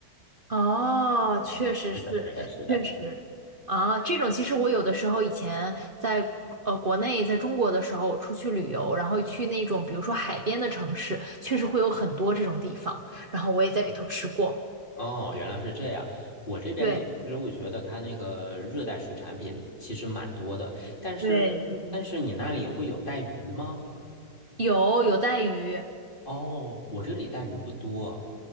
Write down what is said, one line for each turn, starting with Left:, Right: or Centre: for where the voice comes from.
Right: 哦，
Left: 哎，
Right: 确实是，
Left: 是的，是的，是的。
Right: 确实，啊，这种其实我有的时候以前在呃国内，在中国的时候，我出去旅游，然后去那种比如说海边的城市，确实会有很多这种地方，然后我也在里头吃过。
Left: 哦，原来是这样。我这边其实我觉得它那个热带水产品其实蛮多的，
Right: 对
Left: 但是但是你那里会有带鱼吗？
Right: 对对对，有有带鱼。
Left: 哦，我这里带鱼不多。